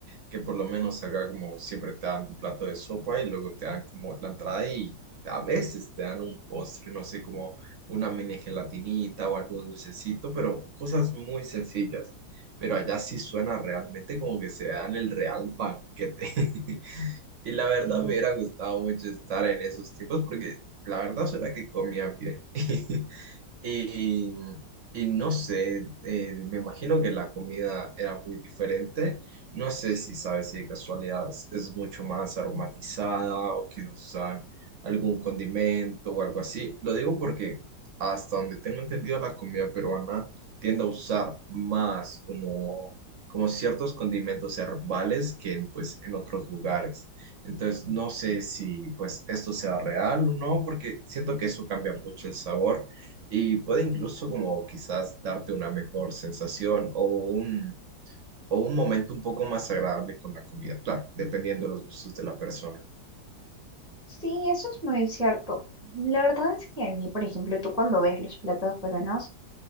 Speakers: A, on the right (about 55°); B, in the centre.
A: que por lo menos acá como siempre te dan tu plato de sopa y luego te dan como la entrada y a veces te dan un postre, no sé, como una mini gelatinita o algún dulcecito, pero cosas muy sencillas. Pero allá sí suena realmente como que se dan el real banquete. <laughs> Y la verdad
B: Sí.
A: me hubiera gustado mucho estar en esos tiempos porque la verdad suena que comían bien. <laughs> Y, y no sé, eh, me imagino que la comida era muy diferente. No sé si sabes si de casualidad es mucho más aromatizada o quizás usan algún condimento o algo así. Lo digo porque hasta donde tengo entendido la comida peruana tiende a usar más como, como ciertos condimentos herbales que en, pues, en otros lugares. Entonces no sé si pues esto sea real o no porque siento que eso cambia mucho el sabor y puede incluso como quizás darte una mejor sensación o un, o un momento un poco más agradable con la comida, claro, dependiendo de los gustos de la persona.
B: Sí, eso es muy cierto. La verdad es que aquí, por ejemplo, tú cuando ves los platos peruanos,